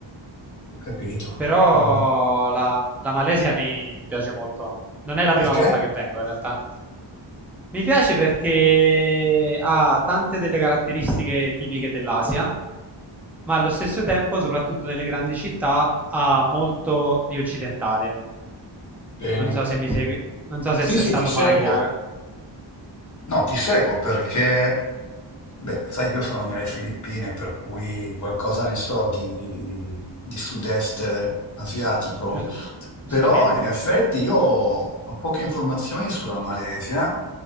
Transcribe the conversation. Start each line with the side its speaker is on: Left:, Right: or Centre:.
Left: Ho capito.
Centre: Però
Left: Mm.
Centre: la, la Malesia mi, mi piace molto. Non è la
Left: Perché?
Centre: prima volta che vengo, in realtà. Mi piace perché ha tante delle caratteristiche tipiche dell'Asia, ma allo stesso tempo, soprattutto nelle grandi città, ha molto di occidentale.
Left: Bene.
Centre: Non so se mi segui, non so se
Left: Sì,
Centre: sei
Left: sì,
Centre: stato
Left: ti seguo.
Centre: mai a
Left: No, ti seguo perché, beh, sai che io sono nelle Filippine, per cui qualcosa ne so di, di sud-est asiatico,
Centre: Gius- giustamente.
Left: però in effetti io ho poche informazioni sulla Malesia.